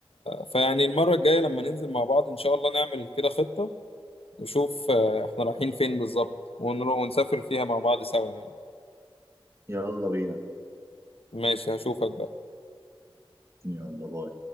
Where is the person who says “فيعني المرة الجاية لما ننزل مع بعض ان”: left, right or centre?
Left